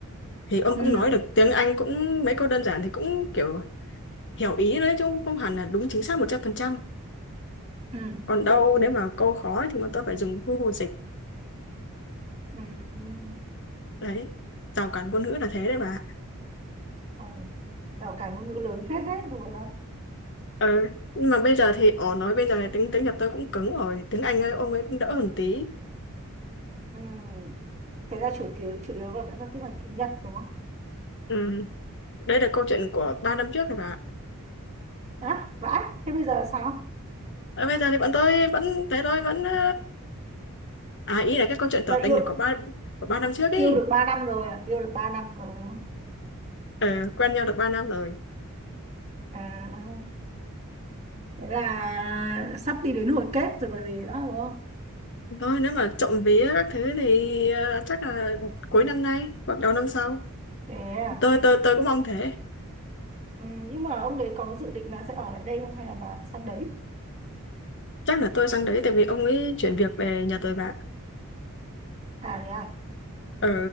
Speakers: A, on the left (about 55°); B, on the right (about 30°).
A: thì ông
B: Ừ,
A: cũng nói được tiếng Anh cũng mấy câu đơn giản thì cũng kiểu hiểu ý đấy chứ không không hẳn là đúng chính xác một trăm phần trăm
B: ừ.
A: còn đâu nếu mà câu khó thì mà tôi phải dùng Google dịch
B: Ừ.
A: đấy rào cản ngôn ngữ là thế đấy bà
B: Ừ. Rào cản ngôn ngữ lớn phết đấy, đùa đâu.
A: Ờ, nhưng mà bây giờ thì ỏ nói bây giờ thì tiếng tiếng Nhật tôi cũng cứng rồi, tiếng Anh ấy, ông ấy cũng đỡ hơn tí.
B: Ừ. Thế là chủ yếu, chủ yếu là vẫn giao tiếp bằng tiếng Nhật đúng không?
A: Ừ, đây là câu chuyện của 3 năm trước rồi bà.
B: À vãi, thế bây giờ sao?
A: Ờ, bây giờ thì bọn tôi vẫn thế thôi vẫn ờ, à ý là cái câu chuyện tỏ
B: Là
A: tình
B: yêu
A: là của ba của ba năm trước ý.
B: yêu được 3 năm rồi à? Yêu được 3 năm rồi đúng không?
A: Ờ, quen nhau được ba năm rồi.
B: À, Thế là sắp đi đến hồi kết rồi còn gì nữa đúng không?
A: Thôi nếu mà trộm vía các thứ thì ờ, chắc là cuối năm nay hoặc đầu năm sau.
B: thế à?
A: Tôi tôi tôi cũng mong thế.
B: Ừ, nhưng mà ông đấy có dự định là sẽ ở lại đây không hay là bà sang đấy?
A: Chắc là tôi sang đấy tại vì ông ấy chuyển việc về Nhật rồi bạn
B: À thế à?
A: Ừ,